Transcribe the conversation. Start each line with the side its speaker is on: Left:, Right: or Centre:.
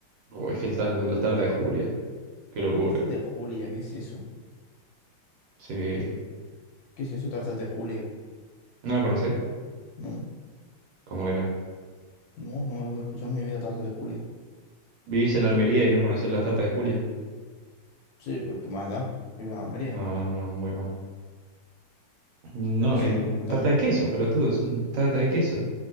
Right: No, O es que el tar- las tartas de Julia, qué locura.
Left: Tartas de Julia, ¿qué es eso?
Right: Sí.
Left: ¿Qué es eso, tartas de Julia?
Right: ¿No la conocés?
Left: No,
Right: Como que no.
Left: no, no he escuchado en mi vida tartas de Julia.
Right: ¿Vivís en Almería y no conocés las tartas de Julia?
Left: Sí, pero ¿qué más da? Vivo en Almería.
Right: No, no, no, muy mal. No,
Left: ¿Pero qué son?
Right: eh,
Left: Cuéntame.
Right: tarta de queso, pelotudo, es un- tarta de queso.